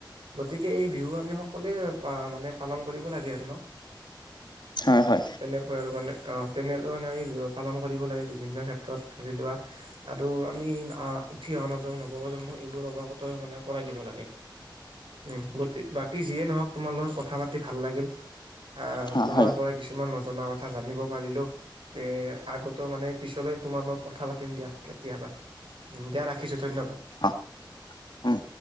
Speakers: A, on the right; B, on the left.
A: গতিকে এই বিহু আমি সকলোৱে পা মানে পালন কৰিব লাগে আৰু ন।
B: হয়
A: অ
B: হয়
A: তেনেকুৱাই আৰু মানে অ। তেনেকৈ মানে বি পালন কৰিব লাগে বিভিন্ন ক্ষেত্ৰত ধৰি লোৱা আৰু আমি অ। উঠি নাজ নৱপ্ৰজন্ম এইবোৰ অৱাগত মানে কৰাই দিব লাগে উম গতি বা। যিয়ে নহওক তোমাৰ লগত কথা পাতি ভাল লাগিল আহ
B: হয়
A: তোমাৰ
B: হয়,
A: পৰা কিছুমান নজনা ক। কথা জানিব পাৰিলো এ আগতে মানে পিছলে তোমাৰ লগত কথা পাতিম দিয়া কেতিয়াবা। দিয়া ৰাখিছোঁ ধন্যবাদ।
B: অ উম।